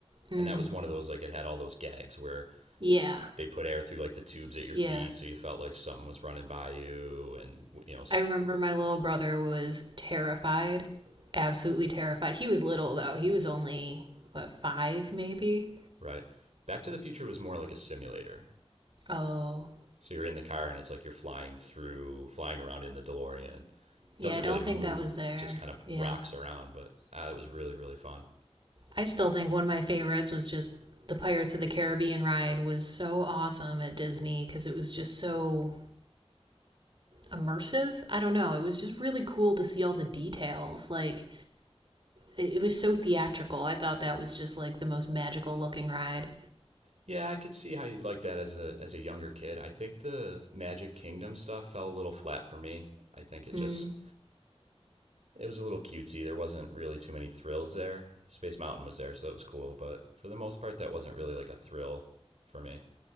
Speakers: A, on the right (about 45°); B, on the right (about 80°).
A: Mm.
B: and that was one of those like it had all those gags where
A: Yeah.
B: they put air through like the tubes at your
A: Yeah.
B: feet so you felt like something was running by you and you know
A: I remember my little brother was terrified, absolutely terrified. He was little though. He was only what five maybe.
B: right back to the future was more like a simulator
A: Oh
B: so you're in the car and it's like you're flying through flying around in the delorean it
A: yeah,
B: doesn't
A: I don't
B: really move
A: think that was there.
B: it just kind of
A: Yeah,
B: rocks around but uh, it was really really fun
A: I still think one of my favorites was just the Pirates of the Caribbean ride was so awesome at Disney because it was just so immersive. I don't know. It was just really cool to see all the details. Like it, was so theatrical. I thought that was just like the most magical looking ride.
B: yeah i could see how you'd like that as a as a younger kid i think the magic kingdom stuff fell a little flat for me i think it
A: Mm.
B: just it was a little cutesy. There wasn't really too many thrills there. Space Mountain was there, so that was cool, but for the most part, that wasn't really like a thrill for me.